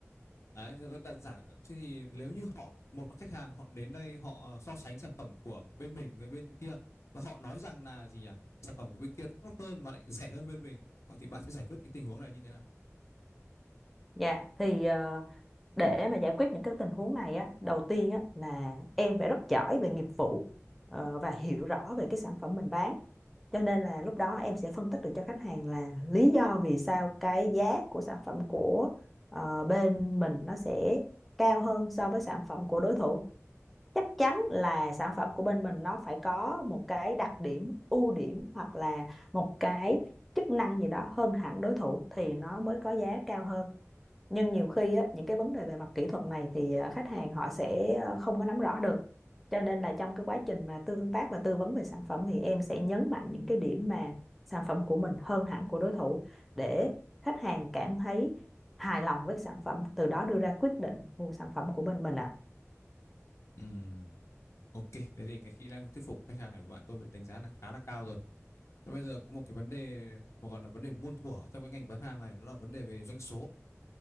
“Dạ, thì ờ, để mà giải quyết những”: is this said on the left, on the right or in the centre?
Centre